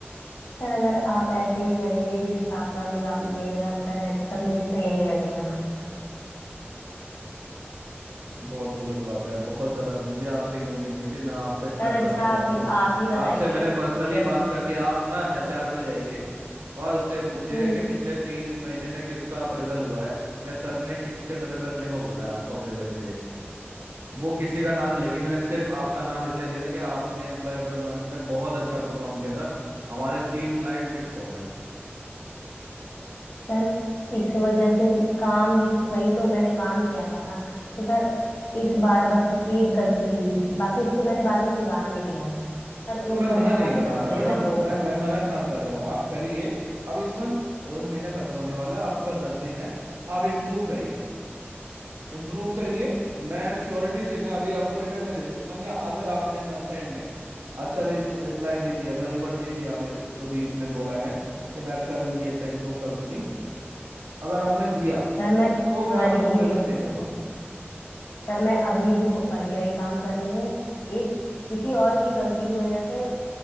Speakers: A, on the left (about 65°); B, on the right (about 75°).
A: सर अगर आप ऐसे ही करेंगे जिस हिसाब से अभी आप मेरे साथ कर रहे हैं तो सर मुझे तो यही लगेगा ना
B: बहुत गलत बात है बहुत ज़्यादा मुझे आपसे ये उम्मीद नहीं थी मैं आप पे इतना
A: सर अच्छा
B: ट्रस्ट करता
A: आप ही
B: हूँ
A: आप ही बताइए
B: आपसे मैंने पर्सनली
A: जब
B: बात करके आप ना एचआर पे जाइए और उससे पूछिए
A: हम्म
B: कि पिछले तीन महीने में किसका अप्रेजल हुआ है या सर ने किसके नज़र रखने को बोला है आपको अप्रेजल के लिए वो किसी का नाम लेगी मैंने सिर्फ आपका नाम इसलिए दिया था कि आपने एम्प्लॉय ऑफ द मंथ में बहुत अच्छा परफॉर्म किया था हमारे तीन क्लाइंट फिक्स हो गए
A: सर इस वजह से काम भी वही तो मैंने काम किया था ना तो सर इस बार बस एक गलती हुई थी बाकी उसको मैंने बाद में सुधार भी दिया था सर
B: तो मैं
A: उस
B: मना
A: वजह
B: नहीं
A: से आप
B: कर
A: मेरा
B: रहा
A: अप्रेजल
B: ना मैडम
A: रोक
B: मैं
A: रहे
B: मैं
A: हैं
B: मना कहाँ कर रहा हूँ आप करिए अब इस मंथ महीना खत्म होने वाला है आपके पास दस दिन है आप इम्प्रूव करिए इम्प्रूव करिए मैं श्योरिटी से मैं अभी आपको रिटर्न में दे सकता हूँ कि अगर आपने मंथ एंड में अच्छा रिप्लाई दे दिया मतलब रिवर्ट दे दिया मेरे को जो भी आपने बोला है कि मैं करूंगी अच्छा इम्प्रूव कर दूंगी अगर आपने दिया
A: सर मैं
B: तो मैं
A: कर
B: आपको
A: ही
B: अप्रेजल
A: रही
B: दे
A: हूँ
B: दूंगा
A: सर मैं अभी भी ब- बढ़िया ही काम कर रही हूँ एक किसी और की गलती की वजह से